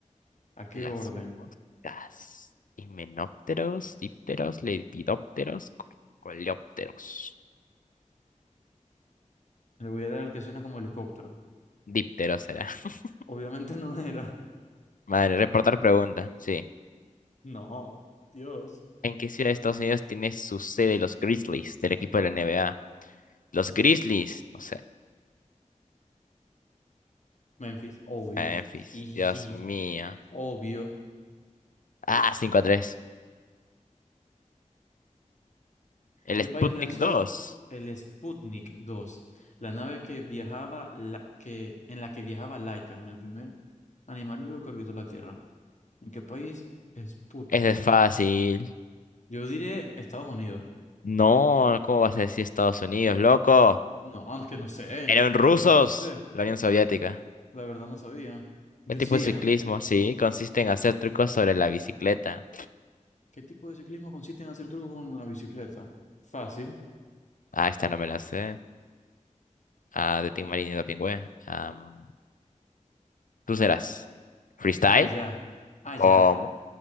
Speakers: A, on the left; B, on the left.
A: ¿A qué
B: Las
A: orden?
B: moscas. Himenópteros, dípteros, lepidópteros, co- coleópteros.
A: Le voy a dar el que suena como helicóptero.
B: Dípteros será. <laughs>
A: Obviamente <laughs> no era.
B: Madre, reportar pregunta. Sí.
A: No, Dios.
B: ¿En qué ciudad de Estados Unidos tiene su sede los Grizzlies del equipo de la NBA? Los Grizzlies. No sé.
A: Memphis, obvio.
B: Memphis.
A: <laughs> Jijiji,
B: Dios mío.
A: Obvio.
B: Ah, 5 a 3. El
A: ¿Qué
B: Sputnik
A: país lanzó
B: dos.
A: el Sputnik dos? La nave que viajaba, la, que, en la que viajaba Laika, en el primer animal vivo que orbitó la Tierra. ¿En qué país? Sputnik.
B: Ese es fácil.
A: Yo diré Estados Unidos.
B: No, ¿cómo vas a decir Estados Unidos, loco?
A: No, es que no sé.
B: Eran
A: La
B: rusos,
A: verdad no sé.
B: la Unión Soviética.
A: La verdad no sabía. Decía,
B: ¿Qué tipo de ciclismo? Sí, consiste en hacer trucos sobre la bicicleta.
A: ¿qué tipo de ciclismo consiste en hacer trucos con la bicicleta? Fácil.
B: Ah, esta no me la sé. Ah, de Tim Marín y de Pingüe. Am, tú serás. ¿Freestyle?
A: Allá. Allá.
B: ¿Cómo?